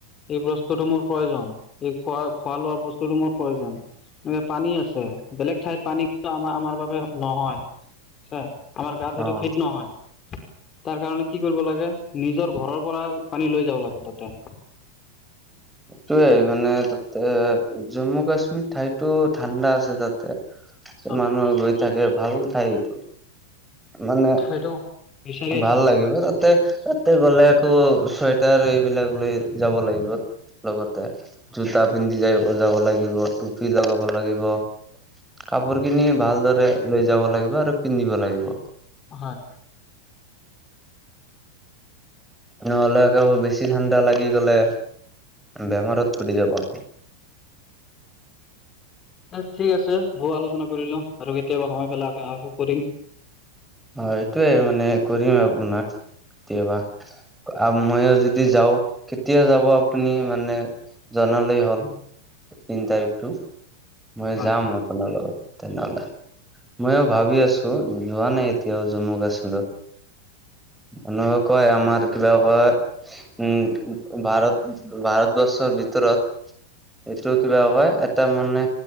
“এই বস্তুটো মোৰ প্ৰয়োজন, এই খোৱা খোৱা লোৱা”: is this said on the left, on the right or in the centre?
Left